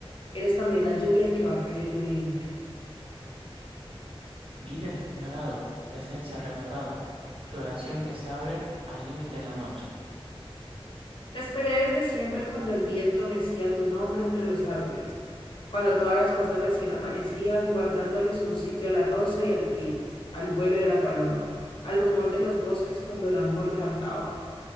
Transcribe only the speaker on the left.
Eres también la lluvia que va cayendo lenta.
Te esperé desde siempre cuando el viento mecía tu nombre entre los árboles, cuando todas las cosas recién amanecías, guardándoles un sitio a la rosa y al trigo, al vuelo de la paloma, al rumor de los bosques cuando el amor cantaba.